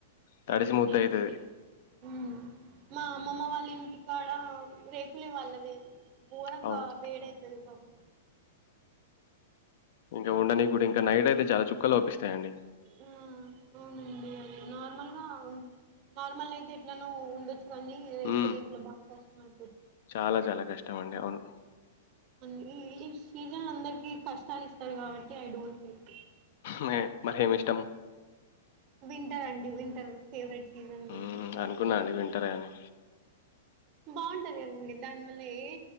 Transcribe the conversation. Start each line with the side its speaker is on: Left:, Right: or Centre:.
Left: తడిసి
Right: అదే
Left: ముద్దయితది
Right: అండి ఉమ్ మా అమ్మమ్మ వాళ్ళ ఇంటికాడ రేకులే వాళ్ళది బోరంగా
Left: అవును
Right: వేడ అవుతుది బాబ కు
Left: ఇంకా ఉండనికి కూడా ఇంకా నైట్ అయితే చాలా చుక్కలు లో ఒపిస్తాయండి
Right: ఆ అవునండి అద నార్మల్గా నార్మల్ అయితే ఎట్లాన ఉండొచ్చు ఇవీ రేకులు
Left: ఉమ్
Right: ఇంట్లో బాగాస్తా మ
Left: చాలా చాలా కష్టం ష్టమండి అవును
Right: అ ఈ సీజన్ అందరికి కష్టాలు ఇస్తారు కాబట్టి ఐ డోంట్ లైక్
Left: మ మర్హేం ఇష్టం
Right: వింటర్ అండి వింటర్ ఫేవరెట్ సీజన్ మాకు
Left: ఉమ్ అనుకున్నా అండి వింటరే అని
Right: బాగుంటది కదండి దాని వల్ల ఏ